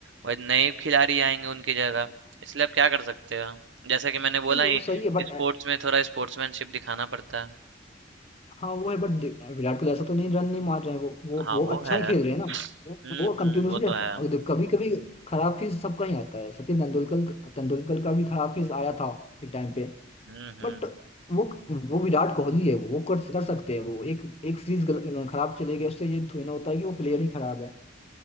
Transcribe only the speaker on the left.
नहीं वो
सही है बट
हाँ वो है बट विराट कोहली ऐसा तो नहीं रन नहीं मार रहे हैं वो वो
वो
अच्छा
ही खेल रहे हैं ना वो
वो
कंटिन्यूसली
कभी कभी खराब फीस सबका ही आता है सचिन तेंदुलकर तेंदुलकर का भी खराब फीस आया था एक टाइम पे
बट वो वो विराट कोहली है वो कर कर सकते हैं वो एक एक सीरीज खराब चले गए उससे ये थोड़ी ना होता है कि वो प्लेयर ही खराब है